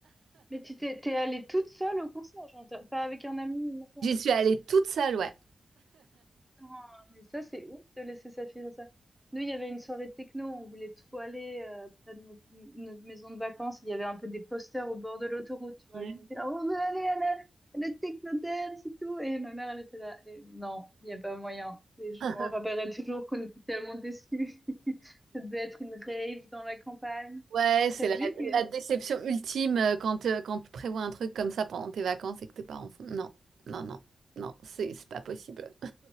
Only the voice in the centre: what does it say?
Mais tu t'es t'es allée toute seule au concert, genre t'as- pas avec un ami, ni rien.
Ah, Mais ça, c'est ouf de laisser sa fille faire ça. Nous, il y avait une soirée techno, on voulait trop aller euh, près de notre, notre maison de vacances. Il y avait un peu des posters au bord de l'autoroute, tu vois.
Et on était là, on veut aller à la, à la techno dance et tout. Et ma mère, elle était là. Et non, il n'y a pas moyen. Et je
me rappellerai toujours qu'on était tellement déçus. <laughs> Ça devait être une rave dans la campagne.
T'as
vu que